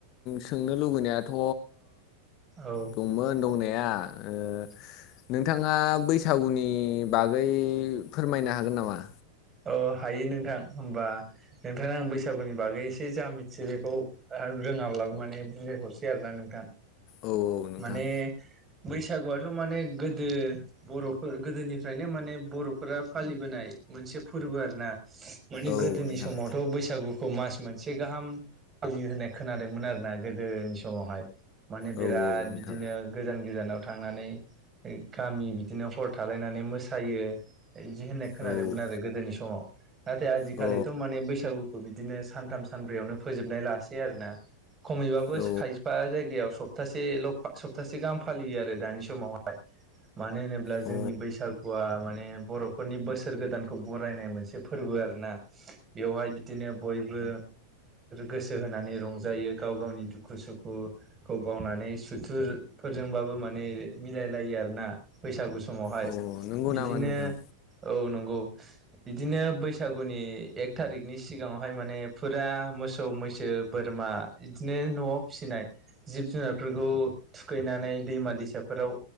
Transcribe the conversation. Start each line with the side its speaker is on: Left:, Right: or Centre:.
Left: सोंनो लुबैनायाथ'
Right: औ
Left: दंमोन दंनाया
Right: <inaudible>
Left: ओ नोंथाङा बैसागुनि बागै फोरमायनो हागोन नामा
Right: औ हायो नोंथां होमबा नोंथाङा आं बैसागुनि बागै एसे जा मिथियो बेखौ रोङाब्लाबो माने बुजायहरसै आरो ना नोंथा
Left: औ औ नोंथां।
Right: माने बैसागुआथ' माने गोदो बर'फोर गोदोनिफ्रायनो माने बर'फोरा फालिबोनाय मोनसे फोरबो आर ना माने
Left: औ
Right: गोदोनि
Left: नोंथां।
Right: समावथ' बैसागुखौ मास मोनसे गाहामि होननाय खोनादोंमोन आरोना गोदोनि समावहाय माने बिराद
Left: औ नोंथां।
Right: बिदिनो गोजान गोजानाव थांनानै गामि बिदिनो हर थालायनानै मोसायो बिदि होननाय खोनादोंमोन
Left: औ
Right: आरो गोदोनि समाव नाथाय आजिखालिथ'
Left: अ
Right: माने बैसागु बिदिनो सानथाम सानब्रैयावनो फोजोबनाय लासै आरोना खमैबाबो
Left: औ
Right: खायफा जायगायाव सब सप्तासेल' सप्तासे गाहाम फालियो आरो दानि समावहाय मानो होनोब्ला जोंनि
Left: अ
Right: बैसागुआ माने बर'फोरनि बोसोर गोदानखौ खौ बरायनाय मोनसे फोरबो आरोना बेवहाय बिदिनो बयबो गोसो होनानै रंजायो गाव गावनि दुखु सुखुखौ बावनानै सुथुर फोरजोंबाबो माने मिलायलायो आरोना बैसागु समावहाय
Left: अ नंगौ
Right: बिदिनो
Left: नामा नोंथां
Right: औ नंगौ बिदिनो बैसागुनि एक थारिकनि सिगाङावहाय माने फुरा मोसौ मैसो बोरमा बिदिनो न'आव फिसिनाय जिब जुनारफोरखौ थुखैनानै दैमा दैसाफोराव